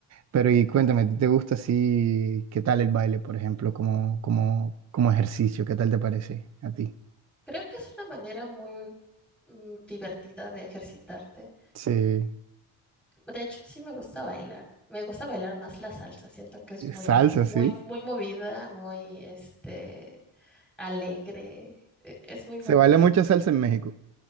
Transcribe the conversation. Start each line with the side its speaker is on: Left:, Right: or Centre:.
Right: Pero y cuéntame, ¿a ti te gusta así? ¿Qué tal el baile, por ejemplo, como, como, como ejercicio? ¿Qué tal te parece a ti?
Centre: Creo que es una manera muy mm, divertida de ejercitarte.
Right: Sí,
Centre: De hecho, sí me gusta bailar. Me gusta bailar más la salsa. Siento que es muy,
Right: salsa,
Centre: po- muy,
Right: sí.
Centre: muy movida, muy, este, alegre. e- Es muy
Right: Se
Centre: bonito.
Right: baila mucha salsa en México.